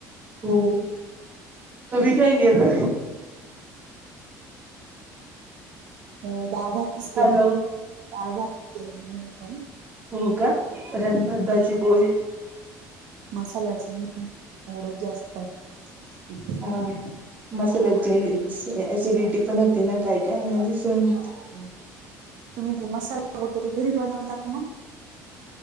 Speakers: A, on the right (about 25°); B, on the right (about 70°).
A: हो तु्ही काय गेलं.
B: अ डाळभातच केला
A: हॅलो
B: डाळभात केला मी पण
A: हो का? वरनतभात, भाजी, पोळी.
B: मसाल्याच नाह वोढच जास्त इकडे
A: हा,, मसाल्याची अॅसिडिटी पण होती ना,, काय काय दिस नऽ
B: हो,, तुम्ही ते मसाला वगैरे घरी बनवता का मग?